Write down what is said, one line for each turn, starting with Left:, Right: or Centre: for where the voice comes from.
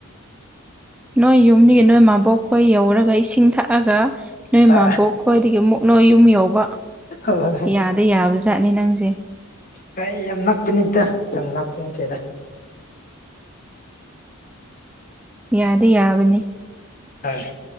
Centre: ꯅꯣꯏ ꯌꯨꯝꯗꯒꯤ ꯅꯣꯏ ꯃꯥꯕꯣꯛꯈꯣꯏ ꯌꯧꯔꯒ ꯏꯁꯤꯡ ꯊꯛꯑꯒ ꯅꯣꯏ
Left: ꯑ
Centre: ꯃꯕꯣꯛ ꯈ꯭ꯣꯏꯗꯒꯤ ꯃꯨꯛꯅꯣꯏ ꯌꯨꯝ ꯌꯧꯕ
Left: ꯍꯣꯏ
Centre: ꯌꯥꯗ ꯌꯥꯕꯖꯥꯠꯅꯤ ꯅꯪꯁꯦ
Left: ꯍ ꯌꯥꯝ ꯅꯛꯄꯅꯤꯗ ꯌꯥꯝ ꯂꯥꯞꯄ ꯅꯠꯇꯦꯗ
Centre: ꯌꯥꯗꯤ ꯌꯥꯕꯅꯤ
Left: ꯍꯣꯏ